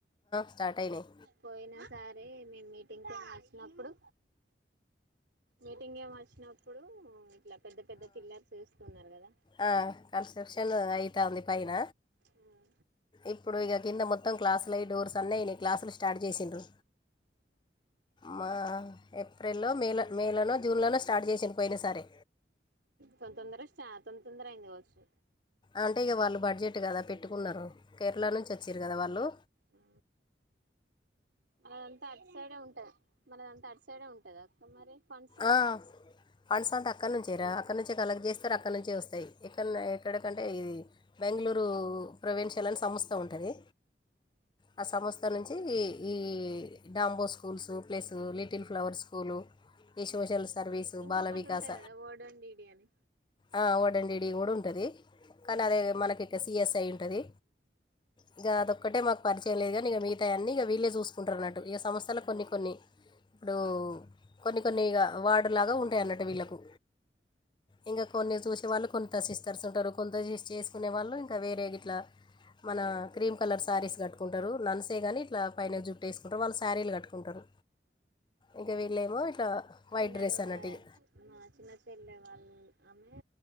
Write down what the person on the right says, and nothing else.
పోయిన సరే మేం మీటింగ్కి అని వచ్నప్పుడు మీటింగ్ ఏమో వచ్చినప్పుడు ఇట్లా పెద్ద పెద్ద పిల్లర్ ఎస్తున్నారు కదా
ఆ
తొంతోందర చా తొంతోందర అయింది కావచ్చు
ఆ అదంతా అటు సైడే ఉంటది మనదంతా అటు సైడే ఉంటది అక్క మరి ఫండ్స్
ఇంకొకటి
ఉంటది కదా ఓడోన్ డీడీ అని
చిన్నార
మా చిన్నచైల్ల వాళ్ళ ఆమె